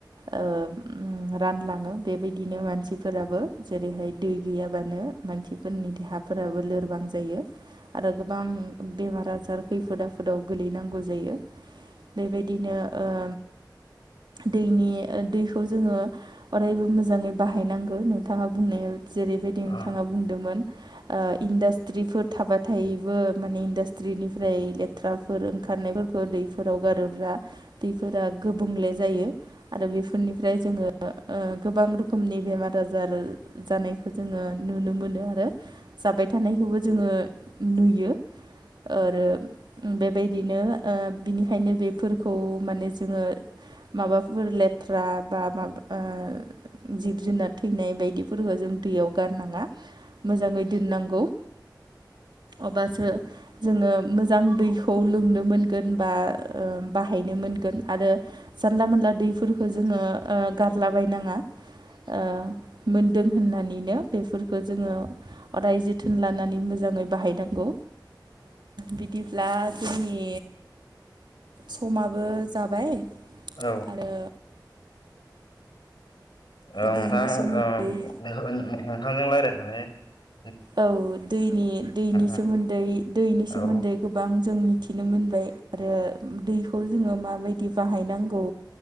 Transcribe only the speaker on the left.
अ
औ
औ
नोंथां
ओम नोंथांजों लायरायनानै
उम
औ उम